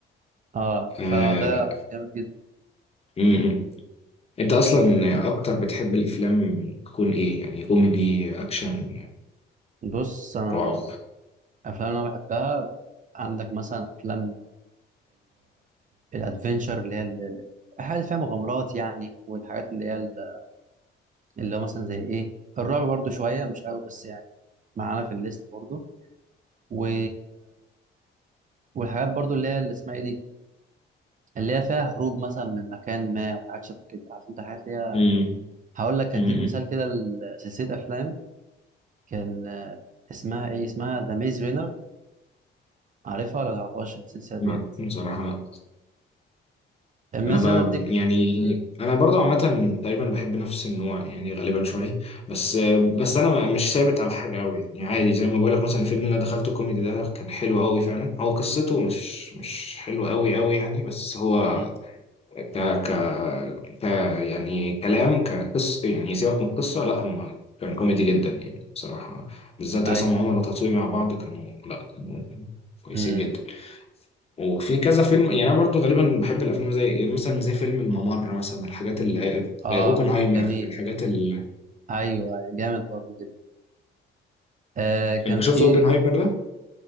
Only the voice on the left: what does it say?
اه
آه، انت اصلا اكتر بتحب الافلام تكون ايه يعني كوميدي اكشن
رعب
امم
امم
أمم. بصراحه
انا
ب...
يعني
انا برضه عامه تقريبا بحب نفس النوع يعني غالبا شويه بس بس انا ما- مش ثابت على حاجه قوي يعني عادي زي ما بقول لك مثلا الفيلم اللي انا دخلته كوميدي ده كان حلو قوي فعلا هو قصته مش مش حلوه قوي قوي يعني بس هو
ك ك ك يعني كلام كقصة يعني سيبك من القصة لا هم كان كوميدي جدا يعني بصراحة بالذات
عصام عمر وتطوي مع بعض كانوا لا كانوا كويسين
جدا وفي كذا فيلم يعني أنا برضو غالبا بحب الأفلام زي مثلا زي فيلم الممر مثلا الحاجات ال
آه، أوبنهايمر
الحاجات ال
أنت شفت
أوبنهايمر ده؟